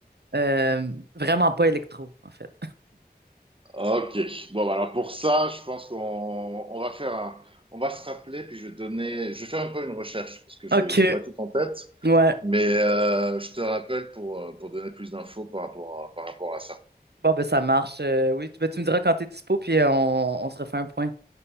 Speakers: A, on the right; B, on the right.
A: euh, vraiment pas électro, en fait.
B: Ok. Bon, bah alors pour ça, je pense qu'on on va faire un, on va se rappeler, puis je vais te donner, je vais faire un peu une recherche parce que j'ai
A: <laughs> OK.
B: j'ai pas tout en tête,
A: Ouais,
B: mais euh, je te rappelle pour euh, pour donner plus d'infos par rapport à, par rapport à ça.
A: Bon, ben ça marche. euh, oui, tu, ben, tu me diras quand t'es dispo, puis euh, on, on se refait un point.